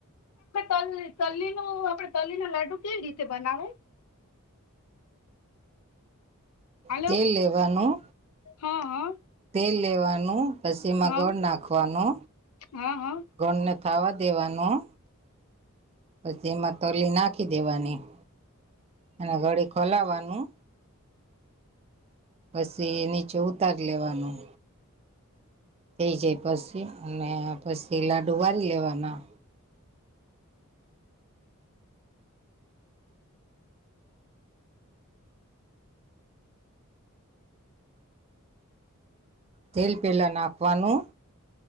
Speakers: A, on the left; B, on the right.
A: તલી તલી નુ આપણે તલી ન લાડુ કેવી રીતે બનાવાએ. હાલો
B: તેલ લેવાનું.
A: હા હા.
B: તેલ લેવાનું પછી એમાં
A: હા
B: ગોળ નાખવાનો.
A: હા હા
B: ગોળને થાવા દેવાનું. પછી એમાં તલી નાખી દેવાની અને ઘડી ખોલાવાનું. પછી એ નીચે ઉતાર લેવાનું. થઈ જાય પછી અને પછી લાડુ વારી લેવાના. તેલ પહેલાં નાખવાનું